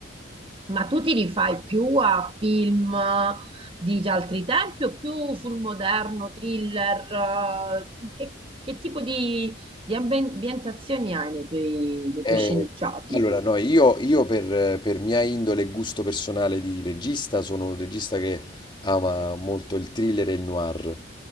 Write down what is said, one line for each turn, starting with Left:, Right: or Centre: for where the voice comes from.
Right: Ma tu ti rifai più a film di altri tempi o più sul moderno, thriller? eh, Che, che tipo di, di ambien- ambientazioni hai nei tuoi, nei
Left: Eh,
Right: tuoi sceneggiati?
Left: allora, no, io, io per, per mia indole e gusto personale di regista sono un regista che ama molto il thriller e il noir,